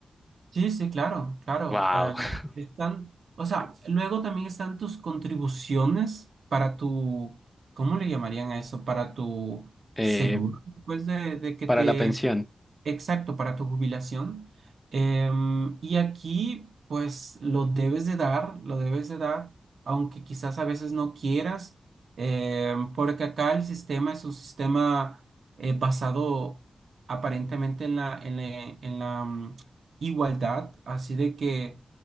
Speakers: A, on the right; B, in the centre.
A: Sí, sí, claro, claro.
B: Wow.
A: eh,
B: <laughs>
A: están, o sea, luego también están tus contribuciones para tu, ¿cómo le llamarían a eso? Para tu
B: Eh,
A: seguro, después de, de que
B: para
A: te
B: la pensión,
A: Exacto, para tu jubilación. Em, y aquí, pues, lo debes de dar, lo debes de dar, aunque quizás a veces no quieras, em, porque acá el sistema es un sistema eh, basado aparentemente en la, en la, en la, mm, igualdad, así de que,